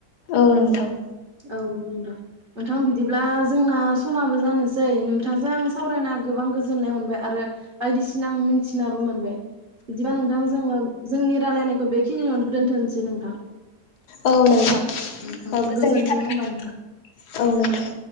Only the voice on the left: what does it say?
औ नोंथां।
औ नोंथां
औ गोजोनै
<unintelligible>
औ नोंथां।